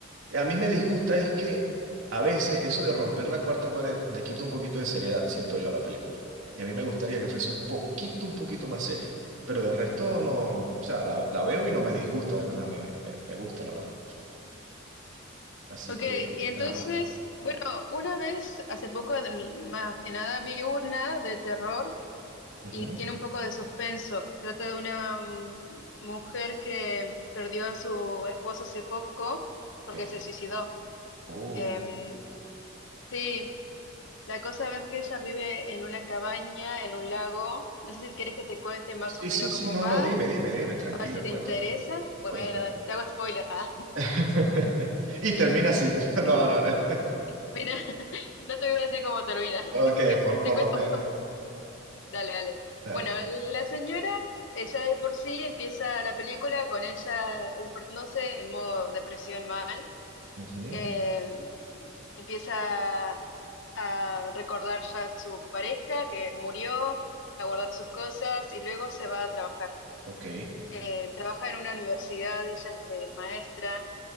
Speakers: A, on the right; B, on the left.
A: A mí me disgusta es que a veces eso de romper la cuarta pared le quita un poquito de seriedad, siento yo, a la película. Y a mí me gustaría que fuese un poquito, un poquito más seria. Pero de resto no, o sea, la, la veo y no me disgusta, de verdad, me, me, me gusta, la verdad. Así
B: Ok,
A: que,
B: y entonces,
A: ajá.
B: bueno, una vez, hace poco, en- más que nada, vi una de terror
A: Ujú.
B: y tiene un poco de suspenso. Trata de una mm, mujer que perdió a su esposo hace poco porque
A: Ok.
B: se suicidó.
A: Uh.
B: Em, sí, la cosa es que ella vive en una cabaña, en un lago. No sé si quieres que te cuente más
A: Sí,
B: o menos
A: sí, sí,
B: cómo
A: no,
B: va,
A: no, dime, dime, dime, tranquila,
B: a ver si te
A: cuéntame,
B: interesa. Bueno,
A: cuéntame.
B: dale, te hago spoiler. Ah,
A: <laughs> Y termina así. <laughs> No, no, no. <laughs>
B: <laughs> mira, <laughs> no te voy a decir cómo termina. <laughs>
A: Ok, por, por
B: Te cuento
A: lo menos.
B: Dale, dale.
A: Dale.
B: Bueno, la señora, ella de por sí empieza la película con ella despertándose en modo depresión mal.
A: Ujú.
B: Eh, empieza a recordar ya a su pareja que murió, a guardar sus cosas y luego se va a trabajar.
A: Ok,
B: Eh, trabaja en una universidad, ella es eh, maestra